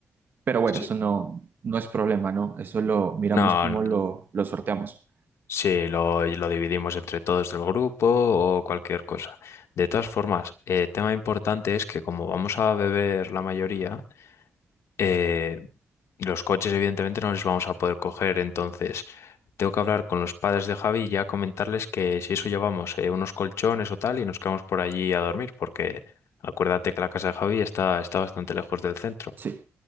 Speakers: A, on the right; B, on the left.
A: Pero bueno,
B: sí.
A: eso no, no es problema, ¿no? Eso lo miramos
B: No,
A: como
B: n-
A: lo, lo sorteamos.
B: sí, lo, lo dividimos entre todos del grupo o cualquier cosa. De todas formas, eh, tema importante es que como vamos a beber la mayoría, eh, los coches evidentemente no les vamos a poder coger, entonces tengo que hablar con los padres de Javi y ya comentarles que si eso llevamos eh, unos colchones o tal y nos quedamos por allí a dormir, porque acuérdate que la casa de Javi está, está bastante lejos del centro.
A: Sí.